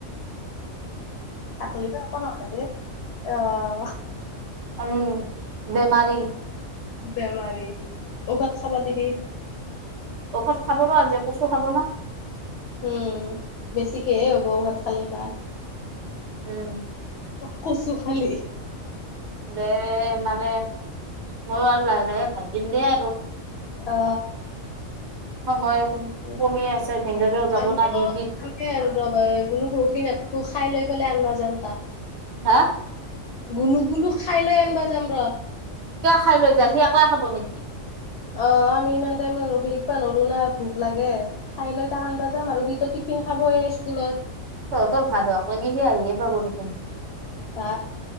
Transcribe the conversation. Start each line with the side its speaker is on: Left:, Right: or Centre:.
Left: ছাকলি একো নহয় দে অ অ,
Right: উম বেমাৰি।
Left: বেমাৰী ঔষাধ খাবা দিবি।
Right: ঔষধ খাব নোৱাৰ আজি কচু খাব না।
Left: উম বেছিকেহে হ'ব ভাত খালি খা,
Right: উম,
Left: ক কচু খালে।
Right: দে মানে ময়ো আৰু লাহে লাহে ভাত দিম দে আৰু
Left: অ,
Right: সময়
Left: <unintelligible>
Right: কমি আছে ভিনদেউৰেও যাব
Left: আমিও
Right: না ডিউটিত
Left: ৰা গুণুক ৰখি নাথা খু খাই লৈ পেলাই আনবা যাম তাক
Right: হা
Left: গুনুক গুলুক খাই লৈ আনিবা যাম ৰ
Right: কিয় খাই লৈ যা সি অকলে খাব নেকি
Left: অ আমি ইমান টাইম ৰখি থিকিবা নৰো না ভোক লাগে খাই লৈ তাক আনবা যাম আৰু সি টো টিফিন খাবয়ে স্কুলত
Right: <unintelligible> সি আহিয়ে পাব দেখোন
Left: হা